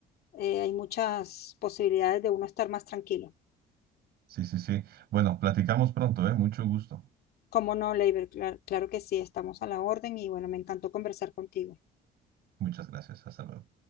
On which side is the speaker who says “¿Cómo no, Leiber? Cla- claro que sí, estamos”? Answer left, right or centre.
Left